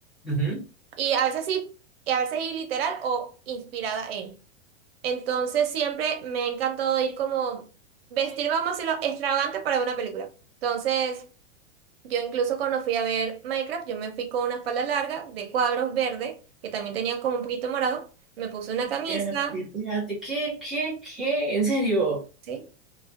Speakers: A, in the centre; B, on the right (about 55°).
A: Ujú.
B: y a veces sí, y a veces ir literal o inspirada en. Entonces siempre me ha encantado ir como vestirme, vamos a decirlo, extravagante para ver una película. Entonces, yo incluso cuando fui a ver Minecraft, yo me fui con una falda larga de cuadros verde, que también tenía como un poquito morado. Me puse una camisa,
A: Espérate, espérate, ¿qué, qué, qué? ¿En serio?
B: ¿sí?